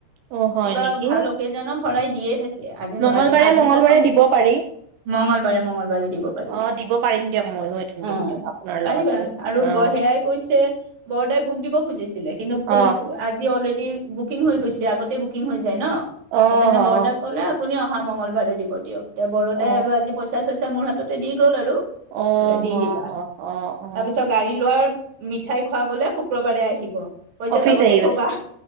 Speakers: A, on the right; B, on the right.
A: অ', হয়
B: কিবা
A: নেকি?
B: ভাল অকেজনত শৰাই দিয়ে থাকে আজি-আজি
A: মংগলবাৰে
B: প্ৰথম
A: মংগলবাৰে দিব পাৰি
B: মঙগলবাৰে-মংগলবাৰে। দিব পাৰি।
A: অ', দিব পাৰিম দিয়ক ময়ো এদিন
B: অ',
A: দিম দিয়ক আপোনাৰ
B: পাৰিবা
A: লগত গৈ
B: আৰু
A: অ',
B: ব সেয়াই কৈছে বৰদাই ভোগ দিব খুজিছিলে কিন্তু ভোগ
A: অ',
B: আজি অলৰে বুকিং হৈ গৈছে আগতে বুকিং হৈ যায় ন,
A: অ',
B: সেইকাৰণে বৰদাক
A: অ',
B: ক'লে আপুনি অহা মঙগলবাৰে দিব দিয়ক তে বৰদাই
A: অ'।
B: আৰু আজি পইচা চইচা মোৰ হাততে দি গ'ল আৰু।
A: অ
B: <unintelligible> বোলে দি
A: হ
B: দিবা
A: হ অ অ
B: তাৰ পিছত গাড়ী লোৱাৰ মিঠাই খোৱাবলে শুক্ৰবাৰে আহিব কৈছে
A: অফিচ
B: চবকে
A: আহিব
B: কবা